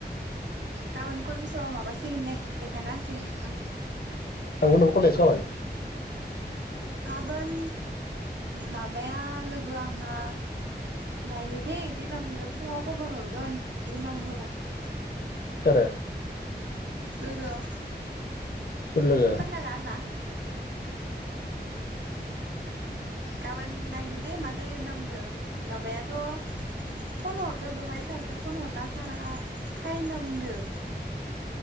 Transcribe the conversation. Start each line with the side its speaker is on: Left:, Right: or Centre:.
Right: गाबोन कलेजाव माबासिगोन दे देखायना होसिगोन नोंखो आं
Left: थांगोन नों कलेज गाबोन
Right: गाबोन नाबाया लोगो आ आंना नायनि दे इदि होनना बुंदों फुंङाव खबर हरगोन इदि होनना बुंबाय माथो।
Left: सोरो
Right: लोगोआ
Left: सोर लोगो
Right: पार्टआ आंना गाबोन नायनि दे मा जायो होनना बुंदों माबायाथ' फन हरदो दहाय सारखो फन हरना सारा फाय होनना बुंदों।